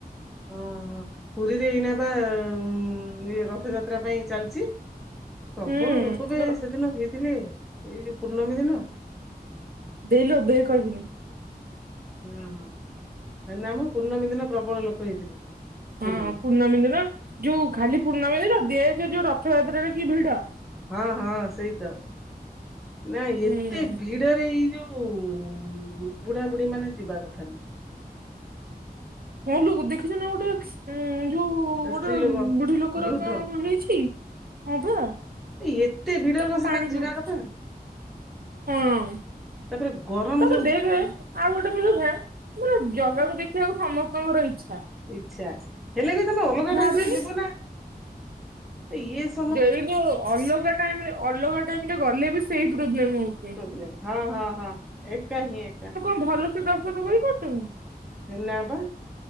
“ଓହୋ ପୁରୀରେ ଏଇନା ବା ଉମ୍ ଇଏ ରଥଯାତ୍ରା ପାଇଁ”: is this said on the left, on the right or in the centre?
Centre